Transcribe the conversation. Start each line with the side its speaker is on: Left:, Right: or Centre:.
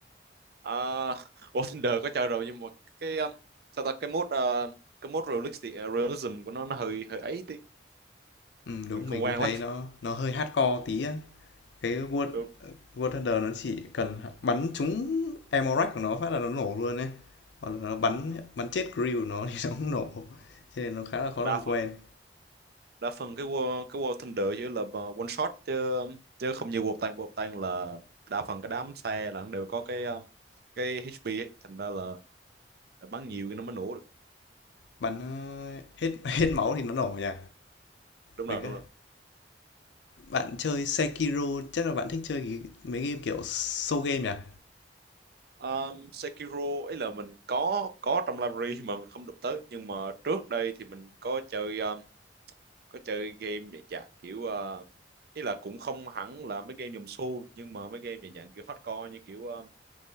Right: Uh, War Thunder có chơi rồi nhưng mà cái um, sao ta cái mode uh, cái mode realistic, à, realism của nó nó hơi hơi ấy tí
Left: Ừm, đúng
Right: mình không
Left: mình
Right: quen
Left: cũng thấy
Right: lắm.
Left: nó nó hơi hardcore tí á. Cái World
Right: Đúng.
Left: War Thunder nó chỉ cần bắn trúng ammo rack của nó phát là nó nổ luôn ấy. Hoặc là nó bắn bắn chết crew của nó thì <laughs> nó cũng nổ. Cho nên nó khá là khó làm
Right: Đa phần
Left: quen.
Right: đa phần cái War, cái War Thunder chỉ là mà one shot chứ chứ không như War Tank War Tank là đa phần cái đám xe là nó đều có cái um, cái HP ấy. thành ra là bắn nhiều thì nó mới nổ được
Left: Bắn ờ, hết hết máu thì nó nổ nhỉ.
Right: đúng
Left: Mình
Right: rồi đúng
Left: cứ
Right: rồi
Left: bạn chơi Sekiro chắc là bạn thích chơi cái- mấy game kiểu soul game nhỉ?
Right: um, Sekiro ấy là mình có có trong library mà mình không đụng tới nhưng mà trước đây thì mình có chơi um, có chơi game để dạng kiểu uh, ý là cũng không hẳn là mấy game dòng xu nhưng mà mấy game về dạng kiểu hardcore như kiểu um,